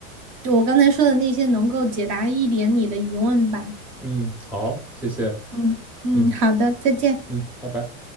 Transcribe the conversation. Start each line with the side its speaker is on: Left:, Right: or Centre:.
Right: 就我刚才说的那些能够解答一点你的疑问吧。
Centre: 嗯，好，谢谢。
Right: 嗯嗯，
Centre: 嗯
Right: 好的，再见。
Centre: 嗯，拜拜。